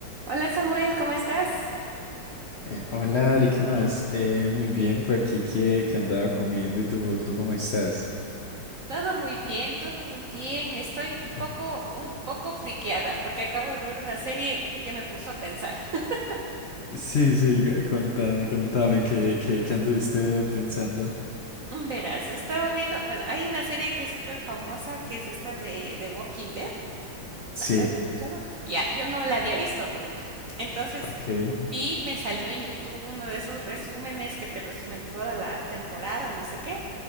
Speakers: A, on the right; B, on the left.
A: Hola Samuel, ¿cómo estás?
B: Eh, hola Ari, ¿qué más? Eh, muy bien, por aquí que, que andaba comiendo y tú, ¿tú cómo estás?
A: Todo muy bien, todo muy bien. Estoy un poco,
B: Ah.
A: un poco friqueada porque acabo de ver una serie que me puso a pensar. <laughs>
B: Sí, sí, c- contame, contame, ¿qué, qué, qué anduviste pensando?
A: Verás, estaba viendo, bueno, hay una serie que es súper famosa, que es esta de, de Walking Dead.
B: Sí.
A: ¿Has escuchado? Ya, yo no la
B: Sí.
A: había visto nunca. Entonces
B: Ok,
A: vi, me salió en YouTube uno de esos resúmenes que te resumen toda la temporada, no sé qué.